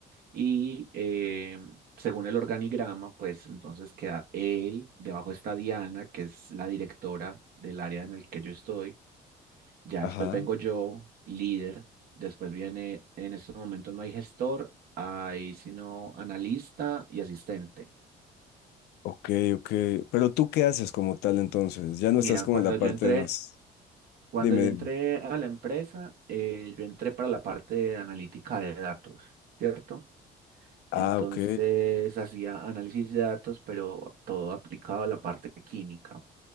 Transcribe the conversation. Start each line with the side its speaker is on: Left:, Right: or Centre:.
Right: y em, según el organigrama, pues entonces queda él, debajo está Diana, que es la directora del área en el que yo estoy. Ya
Left: Ajá,
Right: después vengo yo, líder. Después viene, en estos momentos no hay gestor, hay sino analista y asistente.
Left: ok, ok. Pero tú qué haces como tal entonces? Ya no
Right: Mira,
Left: estás como
Right: cuando
Left: en la
Right: yo
Left: parte
Right: entré,
Left: de más.
Right: cuando
Left: Dime,
Right: yo
Left: dime.
Right: entré a la empresa, eh, yo entré para la parte de analítica de datos, ¿cierto?
Left: Ah,
Right: Entonces
Left: ok.
Right: hacía análisis de datos, pero todo aplicado a la parte química,